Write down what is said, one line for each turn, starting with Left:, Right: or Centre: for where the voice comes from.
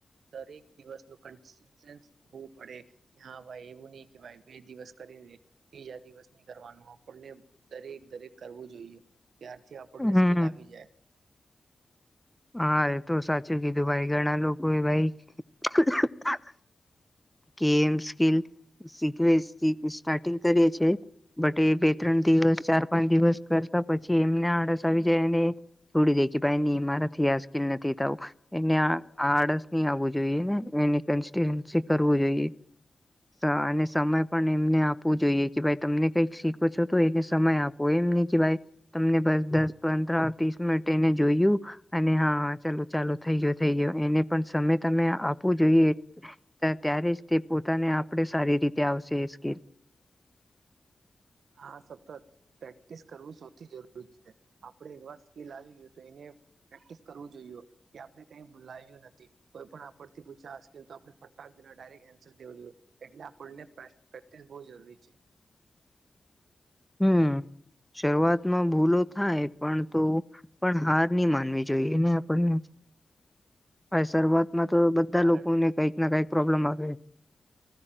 Right: દરેક દિવસ નો કોંસીસ્ટન્ટ હોવું પડે હા ભાઈ એવું નહી કે ભાઈ બે દિવસ કરીને ત્રીજા દિવસ ની કરવાનું આપણને દરેક દરેક કરવું જોઈએ ત્યારથી આપણને
Centre: હમ.
Right: સ્કિલ આવી જાય
Centre: હા એ તો સાચું કીધું ભાઈ ઘણા લોકો એ ભાઈ <unintelligible> કે એમ સ્કીલ શીખવે સ્ટાર્ટિંગ કરીએ છે <unintelligible> બટ એ બે ત્રણ દિવસ ચાર પાંચ દિવસ કરતા પછી એમને આડસ આવી જાય અને છોડી દે કે ભાઈ ન મારાથી આજ સ્કીલ નથી થાવ એને આડસ ની આવવું જોઈએ, ને એની કરું જોઈએ. <unintelligible> અને સમય પણ એમને આપવું જોઈએ કે ભાઈ તમને કઈક શીખો છો તો એને સમય આપ કોય એમ નહ કે ભાઈ તમને બસ દસ, પંદ્ર, ત્રીસ મિનિટ એને જોયું. <unintelligible> અને હા ચાલો ચાલો થઈ ગયો થઈ ગયો એને પણ સમય તમે આપવો જોઈએ. ત્યારે જ તે પોતાને આપણે સારી રીતે આવશે એ સ્કીલ.
Right: હા સતત પ્રેક્ટિસ કરવું સૌથી જરૂરી છે. આપણે એક વાર સ્કીલ આવી ગયું તો એને પ્રેક્ટિસ કરવું જોઈએ કે આપણે કઈ બોલાય્યું નથી. <unintelligible> કોઈ પણ આપડ થી પૂછ્યા અશકેલ તો આપણે ફટાક દ ડાયરેક્ટ આન્સર દવો જોઈએ. એટલે આપણને પ્રેક્ટિસ બહુ જરૂરી છે.
Centre: હમ. શરૂઆતમાં ભૂલો થાય પણ તો પણ હાર નની માનવી જોઈએ, એને આપણને આ શર્વાદ <unintelligible> માં તો બધા
Right: કારણ
Centre: લોકો ને કંઈક ના કઈક પ્રોબ્લેમ આવે